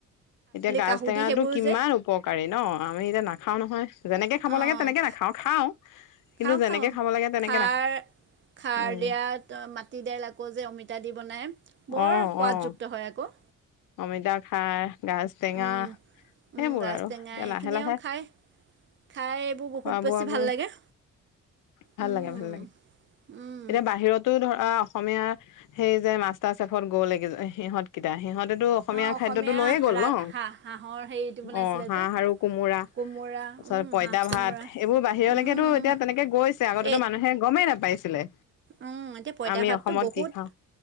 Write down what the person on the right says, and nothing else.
কাহুদি
সেইবোৰ
যে
অঁ
খাওঁ
খাওঁ,
খাৰ খাৰ
দিয়াত মাটি দাইল আকৌ যে অমিতা দি বনাই, বৰ
সোৱাদযুক্ত
হয় আকৌ।
উম,
উম, গাজ
টেঙা
সেইখিনি
আৰু খাই খাই এইবোৰ
বহুত
বেছি ভাল লাগে।
উম,
উম,
অঁ
ৰা
হাঁহ হাঁহৰ হেৰিটো বনাইছিলে
যে
কোমোৰা উম,
হাঁহ কোমোৰা
উম, উম,
এই
উম, এতিয়া পঁইতা
ভাতটো
বহুত